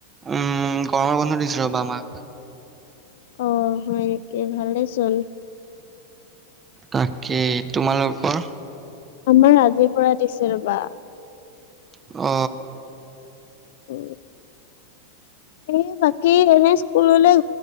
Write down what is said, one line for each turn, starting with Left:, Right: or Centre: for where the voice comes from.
Right: উম গৰমৰ বন্ধ দিছে ৰ'বা আমাক।
Left: অ হয় নেকি ভালেচোন।
Right: তাকেই, তোমালোকৰ?
Left: আমাৰ আজিৰ পৰা দিছে ৰবা।
Right: অ।
Left: উ এ বাকী এনে স্কুললৈ